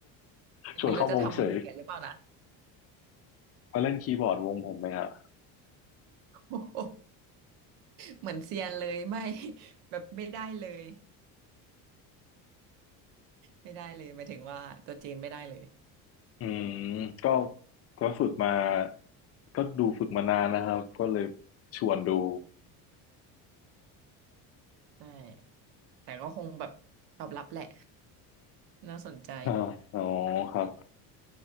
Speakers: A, on the left; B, on the right.
A: <laughs> ชวนเข้าวงเฉย
B: ไม่รู้จะทำเสียหรือเปล่านะ
A: มาเล่นคีย์บอร์ดวงผมไหมฮะ
B: <laughs> โอ้โหเหมือนเซียนเลยไม่ <laughs> แบบไม่ได้เลยไม่ได้เลยหมายถึงว่าตัวจีนไม่ได้เลย
A: อืมก็ก็ฝึกมาก็ดูฝึกมานานนะครับก็เลยชวนดู
B: ใช่แต่ก็คงแบบตอบรับแหละ <laughs> น่าสนใจ
A: <laughs> อ่าอ๋อครับ